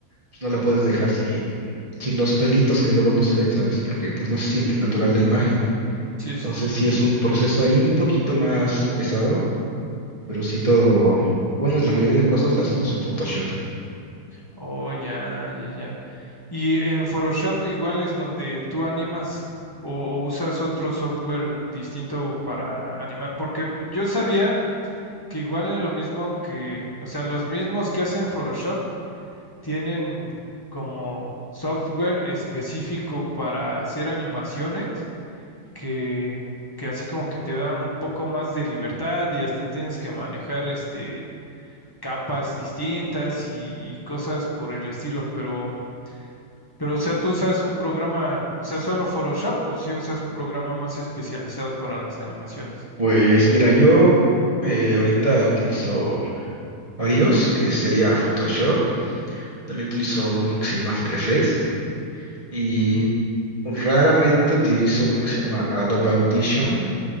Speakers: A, on the right; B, on the left.
A: pues no la puedes dejar sin, sin los pelitos que luego no se ven, ¿sabes? Porque pues no se siente natural la imagen.
B: Sí,
A: Entonces
B: sí, sí.
A: sí es un proceso ahí un poquito más pesado, pero sí todo, bueno, es la mayoría de cosas las hacemos en Photoshop.
B: Oh, ya, ya, ya. Y en Photoshop igual es donde tú animas o, o usas otro software distinto para animar, porque yo sabía que igual en lo mismo que, o sea, los mismos que hacen Photoshop. tienen como software específico para hacer animaciones que, que así como que te da un poco más de libertad y hasta tienes que manejar este capas distintas y, y cosas por el estilo, pero, pero o sea, tú usas un programa, o sea, solo Photoshop o si usas un programa más especializado para las animaciones.
A: Pues mira, yo eh, ahorita utilizo varios, que sería Photoshop. También utilizo uno que se llama After Effects y
B: Ujú.
A: raramente utilizo uno que se llama Adobe Audition,